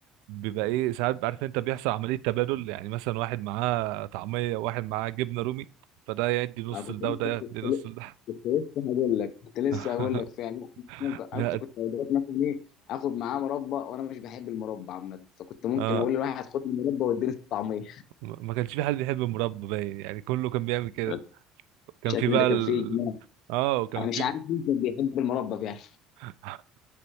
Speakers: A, on the right; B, on the left.
A: بيبقى ايه ساعات عارف انت بيحصل عملية تبادل يعني مثلا واحد معاه طعمية وواحد معاه جبنة رومي فده يدي نص
B: انا كنت
A: لده
B: لسه
A: وده يدي
B: كنت
A: نص
B: لسه
A: لده
B: كنت لسه هقول لك كنت لسه
A: <laughs>
B: هقول لك فعلا ممكن
A: لا،
B: كنت كنت اوقات مثلا ايه اخد معاه مربى وانا مش بحب المربى عامه فكنت ممكن
A: اه
B: اقول لواحد خد المربى واديني الطعميه
A: ما ما كانش في حد بيحب المربى باين يعني كله كان بيعمل كده
B: <laughs>
A: كان
B: الشكل
A: في بقى
B: ده كان
A: ال...
B: فيه اجماع
A: اه وكان
B: انا مش
A: في
B: عارف مين كان بيحب المربى يعني
A: <laughs>